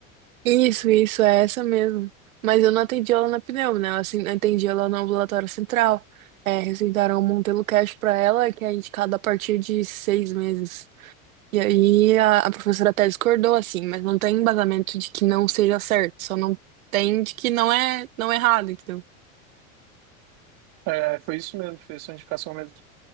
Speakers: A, on the right (about 80°); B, on the right (about 60°).
A: Isso, isso, é essa mesmo. Mas eu não atendi ela na pneu, né? Eu assim, atendi ela no ambulatório central. É, receitaram o Montelo Cash pra ela, que é indicado a partir de seis meses. E aí a, a professora até discordou, assim, mas não tem embasamento de que não seja certo, só não tem de que não é, não é errado, entendeu?
B: É, foi isso mesmo, foi essa indicação mesmo.